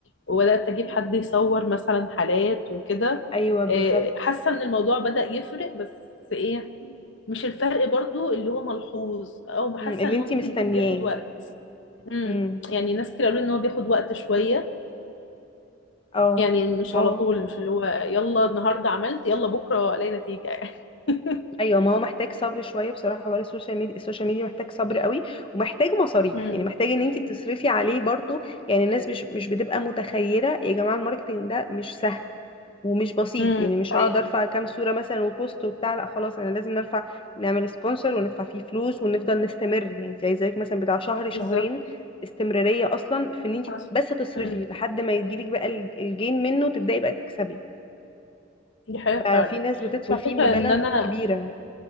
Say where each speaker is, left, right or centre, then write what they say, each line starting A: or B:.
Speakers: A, on the left; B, on the left.
A: وبدأت أجيب حد يصور مثلا حالات وكده
B: ايوه بالظبط
A: آه، حاسة إن الموضوع بدأ يفرق بس إيه مش الفرق برضو اللي هو ملحوظ أو حاسة
B: مم، اللي
A: إن
B: انتي
A: هو ممكن
B: مستنياه
A: يكون بياخد وقت امم
B: امم
A: يعني ناس كتير قالوا لي إن هو بياخد وقت شوية
B: اه
A: يعني مش
B: ما
A: على طول مش اللي هو يلا النهاردة عملت يلا بكرة ألاقي نتيجة يعني <laughs>
B: ايوه ما هو محتاج صبر شويه بصراحه حوار السوشيال ميديا السوشيال ميديا محتاج صبر قوي ومحتاج مصاريف
A: امم
B: يعني محتاج ان انت تصرفي عليه برضو يعني الناس
A: جدا
B: مش مش بتبقى متخيله يا جماعه الماركتينج ده مش سهل ومش بسيط
A: امم
B: يعني مش
A: دي حقيقة
B: هقعد ارفع كام صوره مثلا وبوست وبتاع لا خلاص انا لازم نرفع نعمل سبونسر وندفع فيه فلوس ونفضل نستمر يعني انت عايزاك مثلا بتاع شهر شهرين
A: بالظبط
B: استمراريه اصلا في ان انت
A: حصل
B: بس تصرفي
A: امم
B: لحد ما يجيلك بقى الج- الجين منه وتبداي بقى تكسبي
A: دي حقيقة
B: ففي
A: فعلا
B: ناس بتدفع
A: والفكرة
B: فيه مبالغ
A: إن أنا
B: كبيره